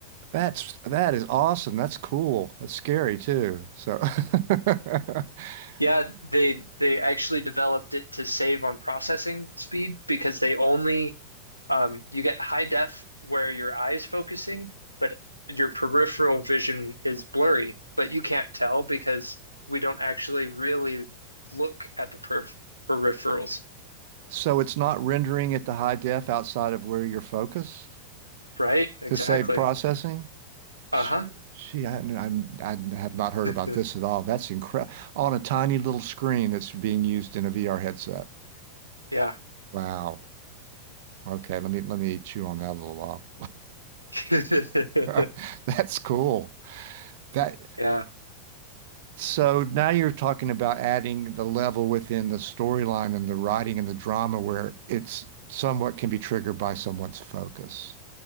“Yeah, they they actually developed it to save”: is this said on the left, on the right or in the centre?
Left